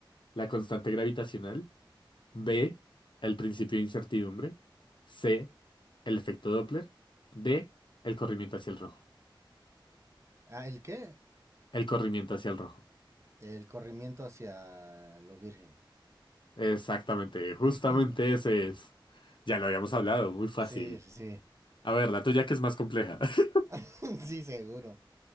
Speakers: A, on the left; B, on the right.
A: la constante gravitacional, B, el principio de incertidumbre, C, el efecto Doppler, D, el corrimiento hacia el rojo.
B: Ah, ¿el qué?
A: El corrimiento hacia el rojo.
B: El corrimiento hacia lo virgen.
A: Exactamente, justamente
B: <laughs>
A: ese es. Ya lo habíamos hablado, muy fácil.
B: Sí, sí,
A: A ver, la tuya que es más compleja. <laughs>
B: <laughs> sí, seguro.